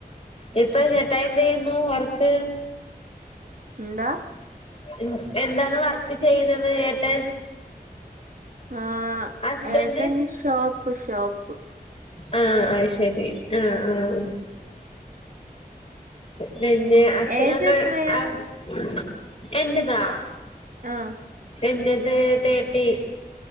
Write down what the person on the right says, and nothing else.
ഇന്താ
ആഹ്
ഏട്ടൻ ഷോപ്പ് ഷോപ്പ്
ഏജ് എത്രയാ
ആ